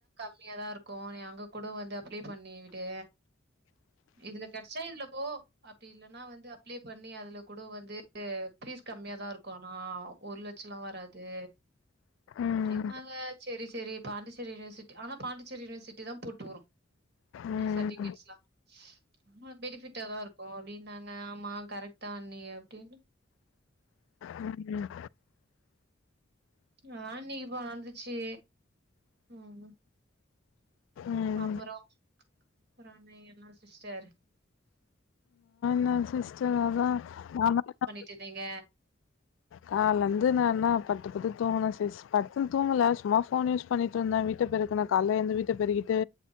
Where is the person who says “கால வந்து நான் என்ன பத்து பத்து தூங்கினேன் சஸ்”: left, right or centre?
Left